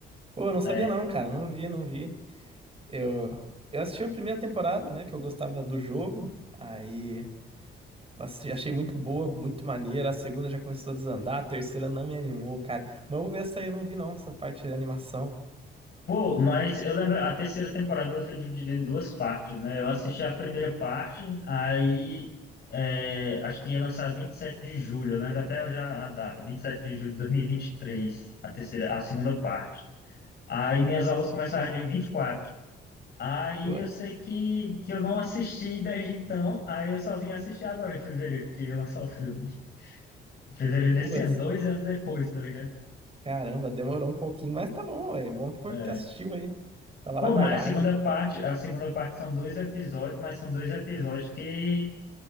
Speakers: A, on the right; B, on the left.
A: Pô, eu não sabia
B: É,
A: não, cara. Não vi, não vi. Eu, eu assisti a primeira temporada, né? Que eu gostava do jogo. Aí assi- achei muito boa, muito maneira. A segunda já começou a desandar. A terceira não me animou, cara. Mas eu vou ver essa aí, eu não vi não, essa parte de animação.
B: Pô, mas eu lembro, a terceira temporada ela foi dividida em duas partes, né? Eu assisti a primeira parte, aí é, acho que ia lançar 27 de julho, eu lembro até já a data, 27 de julho de dois mil e e vinte e três a terceira, a segunda parte. Aí minhas aulas começaram dia 24, Aí
A: Putz,
B: eu sei que, que eu não assisti desde então, aí eu só vim assistir agora em fevereiro, que ia lançar o filme. Fevereiro desse
A: putz.
B: ano, dois anos depois, tá ligado?
A: Caramba, demorou um pouquinho, mas tá bom, é bom que porque
B: É.
A: assistiu aí. Tava
B: Pô,
A: lá guardado.
B: mas a segunda parte, a segunda parte são dois episódios, mas são dois episódios que